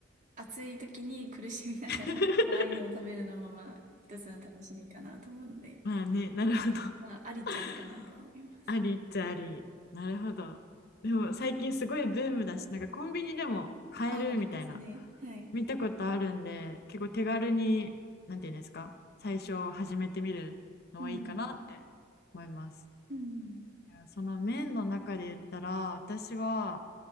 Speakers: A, on the right (about 40°); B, on the left (about 55°).
A: 暑い時に苦しみながら辛いのを食べるのもまあ一つの楽しみかなと思うので、
B: <laughs> まあね、なるほど。
A: まあありっちゃありかなとは思います。
B: <laughs> ありっちゃあり。なるほど。でも最近すごいブームだし、なんかコンビニでも買えるみたいな、
A: あ、ありますね。はい。
B: 見たことあるんで、結構手軽に、なんていうんですか、最初始めてみるのはいいかなって思います。
A: うん。うん。
B: その麺の中で言ったら私は